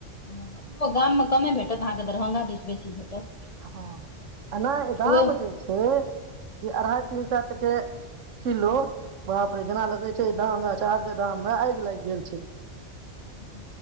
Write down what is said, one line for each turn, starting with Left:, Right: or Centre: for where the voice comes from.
Left: ह ओ गाममे कमे भेटत अहाँकेँ दरभंगा दिस बेसी भेटत
Right: हँ एना गाम
Left: ओ
Right: जे छै ई अढ़इ तीन सात टके किलो बाप रे जेना लगे छै गाम मे अचार के दाम मे आगि लागि गेल छै
Left: ह